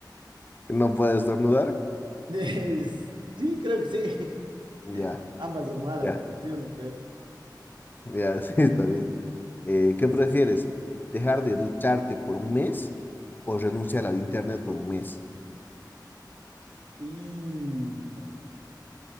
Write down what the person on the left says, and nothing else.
No puedes estornudar.
Ya,
ya,
ya, <laughs> sí, está bien. Eh, ¿qué prefieres? ¿Dejar de ducharte por un mes o renunciar al internet por un mes?